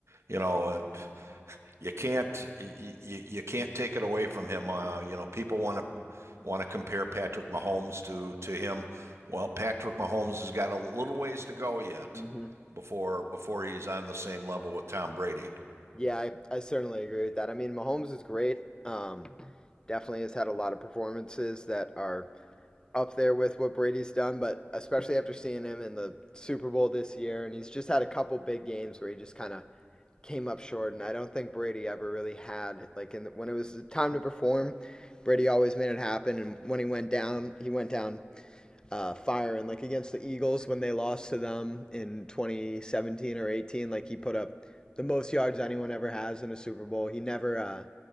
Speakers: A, on the right; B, on the left.
A: you know, uh, you can't you, you, can't take it away from him. Uh, you know, people want to want to compare Patrick Mahomes to to him. Well, Patrick Mahomes has got a little ways to go yet
B: Mm-hmm.
A: before before he's on the same level with Tom Brady.
B: Yeah, I, I certainly agree with that. I mean, Mahomes is great. Um, definitely has had a lot of performances that are up there with what Brady's done, but especially after seeing him in the Super Bowl this year, and he's just had a couple big games where he just kind of came up short. And I don't think Brady ever really had like in the, when it was time to perform, Brady always made it happen. And when he went down, he went down uh, fire and like against the Eagles when they lost to them in 2017 or 18, like he put up the most yards anyone ever has in a Super Bowl. He never uh,